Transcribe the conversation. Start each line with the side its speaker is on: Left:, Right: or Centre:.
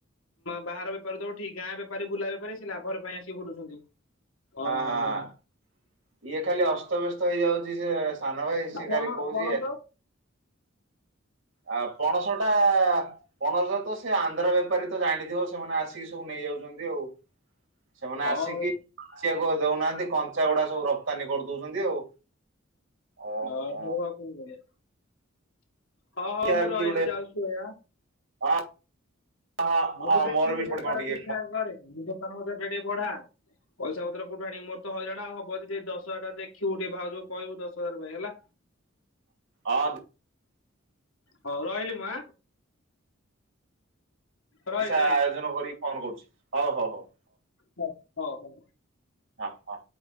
Left: ବାହାର ବେପାରୀ କୁ ଦବ ଠିକି ଗାଁ ବେପାରୀ‌ ବୁଲା ବେପାରୀ ସେ ଲାଭ ରେ ପାଇଁ ଆସି ବୁଲୁଛନ୍ତି। ଓହୋ
Right: ହଁ, ହଁ ଇଏ ଖାଲି ଅସ୍ତବ୍ୟସ୍ତ ହେଇଯାଉଛି ସେ, ସାନ ଭାଇ ସେ
Left: ଆଉ ପଣ
Right: ଖାଲି କହୁଛି
Left: ପଣସ?
Right: ଆ ପଣସ ଟା! ପଣସ ତ ସେ ଆନ୍ଧ୍ରା ବେପାରୀ ତ ଜାଣିଥିବ ସେମାନେ ଆସିକି ସବୁ ନେଇଯାଉଛନ୍ତି ଆଉ, ସେମାନେ
Left: ହଁ
Right: ଆସିକିି
Left: ହଉ
Right: ପାଚିଆକୁ ଆଉ ଦଉନାହାନ୍ତି କଞ୍ଚା ଗୁଡା ସବୁ ରପ୍ତାନୀ କରିଦଉଛନ୍ତି ଆଉ, ଓହୋ
Left: ହଁ ହଉ ଆଉ କଣ କରିଆ? ହଁ ହଁ ହଉ
Right: ଦେଖିଆ
Left: ମୁଁ ରହିଲି
Right: କିଏ ଗୋଟେ
Left: ଯାଉଛି ସୋଇଆ।
Right: ହଁ ହଁ
Left: ଆ
Right: ହଁ
Left: ଦେଖି
Right: ମୋର ବି
Left: ତ
Right: ସେପଟେ
Left: ବେପାର
Right: କଣ ଟିକେ
Left: ଠିକ ଠାକ କରେ ଦୋକାନ ବଜାର ଟା ଟିକେ ବଢା। ପଇସା ପତ୍ର କୋଉଠୁ ଆଣିବି ମୋର ତ ହଇରାଣ ଆଉ ହବ ଯଦି ଦଶ ହଜାର ଟଙ୍କା ଦେଖିବୁ ଟିକେ ଭାଉଜ ଙ୍କୁ କହିବୁ ଦଶ ହଜାର ପାଇଁ ହେଲା,
Right: ଆ ବ୍ <unintelligible>
Left: ହଉ ରହିଲି ମା। ରହିଲି
Right: ପଇସା
Left: ରହିଲି
Right: ଆୟୋଜନ କରିକି ଫୋନ କରୁଛି ହଉ, ହଉ ହଉ।
Left: ହଉ, ହଉ, ହଉ।
Right: ହଁ, ହଁ।